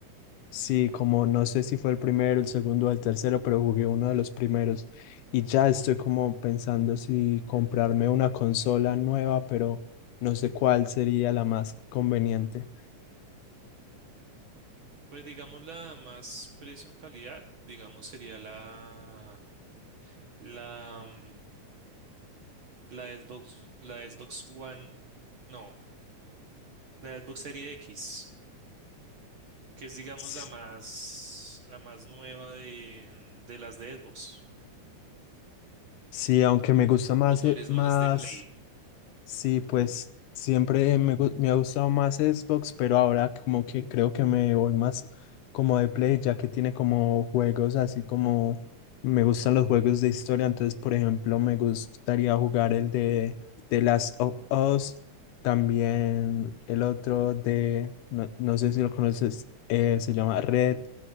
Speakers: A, on the left; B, on the right.
A: Sí, como no sé si fue el primero, el segundo o el tercero, pero jugué uno de los primeros y ya estoy como pensando si comprarme una consola nueva, pero no sé cuál sería la más conveniente.
B: Pues digamos la más precio-calidad, digamos sería la, la, mm, la Xbox, la Xbox One, no, la Xbox Serie X, que es digamos
A: S-
B: la más, la más nueva de, de las de Xbox.
A: Sí, aunque me gusta más,
B: ¿O tú
A: eh,
B: eres
A: más
B: más de Play?
A: Sí, pues siempre me, gu- me ha gustado más Xbox, pero ahora como que creo que me voy más como de Play, ya que tiene como juegos así como me gustan los juegos de historia. Entonces, por ejemplo, me gustaría jugar el de The Last of Us, también el otro de, no, no sé si lo conoces, eh, se llama Red,